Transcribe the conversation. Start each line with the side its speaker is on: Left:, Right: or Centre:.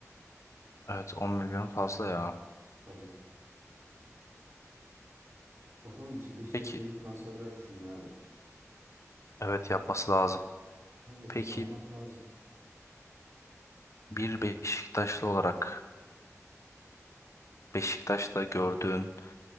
Left: Evet 10 milyon fazla ya.
Right: Tabii. Bakalım işte Beşiktaş
Left: Peki
Right: yeni transferler düşünüyor abi.
Left: evet yapması lazım.
Right: Tabii
Left: Peki
Right: yapmak lazım.
Left: bir Beşiktaşlı olarak Beşiktaş'ta gördüğün